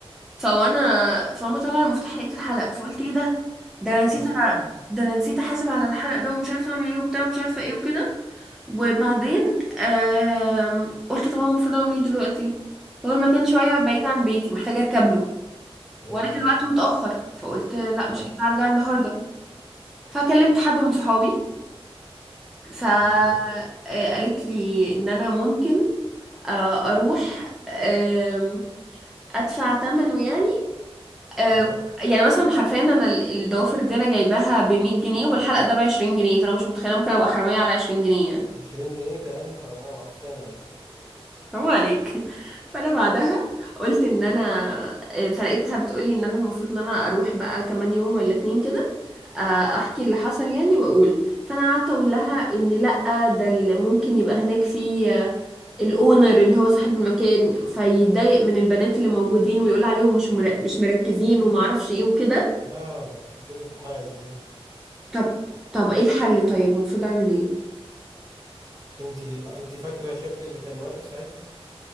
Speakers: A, in the centre; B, on the right.
A: فوانا فانا بطلع المفتاح لقيت الحلق فقلت ايه ده ده انا نسيت
B: اصلا
A: أ- ده انا نسيت احاسب على الحلق ده ومش عارفه اعمل ايه وبتاع ومش عارفه ايه وكده وبعدين آم، قلت طب أنا المفروض اعمل ايه دلوقتي هو المكان شويه بعيد عن بيتي محتاجه اركب له
B: مم.
A: وانا كان الوقت متاخر فقلت لا
B: اه
A: مش هينفع ارجع النهارده فكلمت حد من صحابي فقالت
B: اوكي
A: لي ان انا ممكن آه، اروح آم، ادفع ثمنه يعني آه،
B: ايوه
A: يعني مثلا حرفيا انا ال- الضوافر دي انا جايباها ب 100 جنيه والحلقه ده ب 20 جنيه فانا مش متخيله ممكن ابقى حراميه على 20 جنيه يعني
B: 20 جنيه كان حرامية معفنة يعني.
A: حرام عليك <laughs> فانا بعدها قلت ان انا آه، فلقيتها بتقولي ان انا المفروض ان انا اروح بقى كمان يوم ولا اتنين كده آه، احكي اللي حصل يعني واقول فانا قعدت اقول لها ان لا ده اللي ممكن يبقى هناك في آه، الاونر اللي هو صاحب المكان فيتضايق من البنات اللي موجودين ويقول عليهم مش مر... مش مركزين وما اعرفش ايه وكده
B: لا ركزوا في الحلقة ازاي
A: طب طب ايه الحل طيب المفروض اعمل ايه
B: انتي انتي فاكرة شكل اللي كان واقف ساعتها